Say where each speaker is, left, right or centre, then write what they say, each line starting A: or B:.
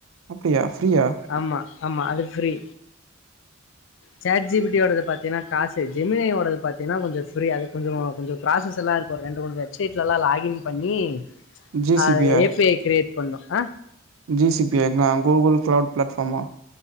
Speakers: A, on the right (about 80°); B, on the left (about 60°).
A: அப்டியா ஃப்ரீயா
B: ஆமா ஆமா அது free chat G P T யோடது பாத்தீனா காசு ஜெமினை யோடது பாத்தீன்னா கொஞ்ச ஃப்ரி அது கொஞ்சொ கொஞ்சொ ப்ராசஸ் ல்லா இருக்கு ரெண்டு மூணு வெப்சைட்ல லா லாகின் பண்ணி
A: ஜி
B: அது
A: சி யா
B: எ பி ஐ கிரியேட் பண்ணோ அ
A: ஜி சி பி ஐ னா கூகுள் க்ளவுட் பிளாட்ஃபாம்மா